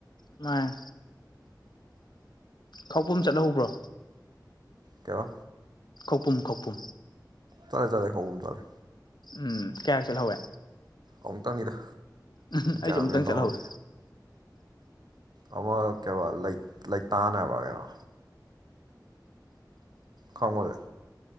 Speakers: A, on the left (about 70°); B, on the right (about 65°).
A: ꯃꯥꯏ ꯈꯥꯎꯕꯨꯝ ꯆꯠꯍꯧꯕ꯭ꯔꯣ
B: ꯀꯦꯕ
A: ꯈꯧꯄꯨꯝ ꯈꯧꯄꯨꯝ
B: ꯆꯂꯦ ꯆꯂꯦ ꯈꯥꯎꯕꯨꯝ ꯆꯂꯦ
A: ꯎꯝ ꯀꯌꯥꯔꯛ ꯆꯜꯍꯧꯋꯦ
B: ꯑꯃꯨꯛꯇꯪꯅꯤꯗ
A: ꯎꯍꯨꯝ ꯑꯩꯖꯨ
B: ꯒ꯭ꯌꯥꯟ
A: ꯑꯃꯨꯛꯇꯪ
B: ꯃꯦꯟ ꯇꯥꯍꯧꯗꯦ
A: ꯆꯠꯍꯧꯋꯤ
B: ꯑꯃ ꯀꯩꯕ ꯂꯩ ꯂꯩꯇꯥꯟ ꯍꯥꯏꯕ꯭ꯔ ꯀꯩꯅꯣ ꯈꯪꯕ꯭ꯔ